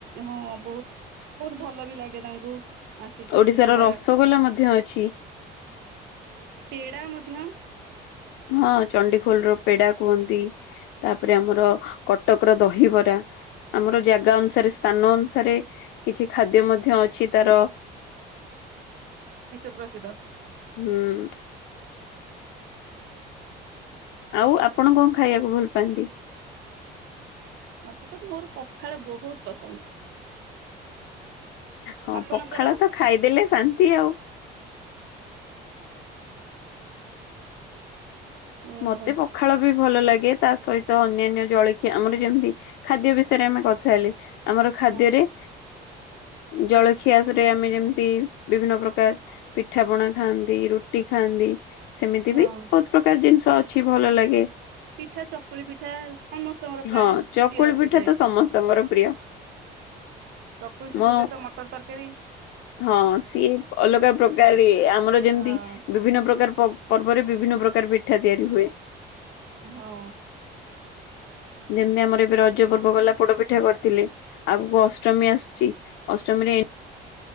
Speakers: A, on the right (about 75°); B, on the left (about 85°).
A: ହଁ ବହୁତ୍ ବହୁତ୍ ଭଲ ବି ଲାଗେ ତାଙ୍କୁ। ଆସିକି
B: ଓଡ଼ିଶାର
A: ଖାଇବା
B: ରସଗୋଲା ମଧ୍ୟ ଅଛି।
A: ପେଡା ମଧ୍ୟ
B: ହଁ ଚଣ୍ଡିଖୋଲ ର ପେଡା କୁହନ୍ତି। ତାପରେ ଆମର କଟକର ଦହିବରା ଆମର ଜାଗା ଅନୁସାରେ ସ୍ଥାନ ଅନୁସାରେ କିଛି ଖାଦ୍ୟ ମଧ୍ୟ ଅଛି ତାର
A: ବିଶ୍ୱ ପ୍ରସିଦ୍ଧ।
B: ହୁଁ। ଆଉ ଆପଣ କଣ ଖାଇବାକୁ ଭଲ ପାଆନ୍ତି।
A: ମତେ ତ ମୋର ପଖାଳ ବହୁତ୍ ପସନ୍ଦ।
B: ହଁ
A: ଆପଣଙ୍କର
B: ପଖାଳ ତ ଖାଇଦେଲେ ଶାନ୍ତି ଆଉ।
A: ଓହୋ
B: ମତେ ପଖାଳ ବି ଭଲ ଲାଗେ ତା ସହିତ ଅନ୍ୟାନ୍ୟ ଜଳଖିଆ ଆମର ଯେମତି ଖାଦ୍ୟ ବିଷୟରେ ଆମେ କଥା ହେଲେ ଆମର
A: ହଁ
B: ଖାଦ୍ୟରେ ଜଳଖିଆ ସେଟେ ଆମେ ଯେମିତି ବିଭିନ୍ନ ପ୍ରକାର ପିଠା ପଣା ଖାନ୍ତି ରୁଟି ଖାଆନ୍ତି। ସେମିତି
A: ହଁ
B: ବି ବହୁତ୍ ପ୍ରକାର ଜିନିଷ ଅଛି ଭଲ ଲାଗେ।
A: ପିଠା ଚକୁଳି ପିଠା ସମସ୍ତଙ୍କର ପ୍ରାୟ
B: ହଁ ଚକୁଳି
A: ପ୍ରିୟ ହୋଇଥାଏ।
B: ପିଠା ତ ସମସ୍ତଙ୍କର ପ୍ରିୟ
A: ଚକୁଳି ପିଠା
B: ମୋ
A: ସହିତ ମଟର ତରକାରୀ।
B: ହଁ ସିଏ ଅଲଗା ପ୍ରକାର ଇଏ ଆମର ଯେମିତି
A: ହଁ
B: ବିଭିନ୍ନ ପ୍ରକାର ପ ପର୍ବରେ ବିଭିନ୍ନ ପ୍ରକାର ପିଠା ତିଆରି ହୁଏ।
A: ହଁ।
B: ଯେମିତି ଆମର ଏବେ ରଜ ପର୍ବ ଗଲା ପୋଡପିଠା କରିଥିଲେ। ଆଗକୁ ଅଷ୍ଟମୀ ଆସୁଛି ଅଷ୍ଟମୀରେ